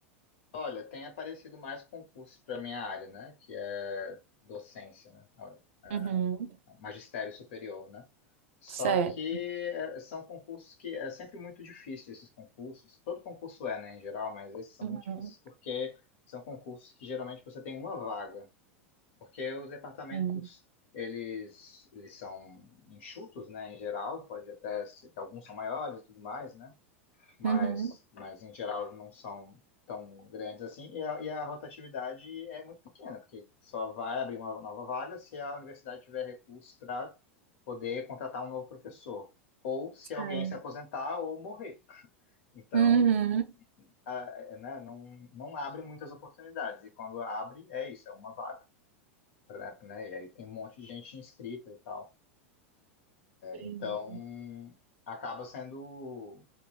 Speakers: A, on the left; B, on the right.
A: Olha, tem aparecido mais concursos para minha área, né? Que é docência, né? ah, ah,
B: Uhum.
A: Magistério superior, né? Só
B: Certo.
A: que eh, são concursos que é sempre muito difícil esses concursos. Todo concurso é, né, em geral, mas esses são
B: Uhum.
A: muito difíceis porque são concursos que geralmente você tem uma vaga, porque os departamentos
B: Sim.
A: eles, eles são enxutos, né, em geral, pode até ser, alguns são maiores e tudo mais, né? mas,
B: Uhum.
A: mas em geral não são tão grandes assim, e a, e a rotatividade é muito pequena, porque só vai abrir uma nova vaga se a universidade tiver recursos para poder contratar um novo professor, ou se
B: Certo.
A: alguém se aposentar ou morrer. Então,
B: Uhum.
A: a- né, não, não abre muitas oportunidades, e quando abre, é isso, é uma vaga. pra- Né, e aí tem um monte de gente inscrita e tal.
B: Sim.
A: Então, acaba sendo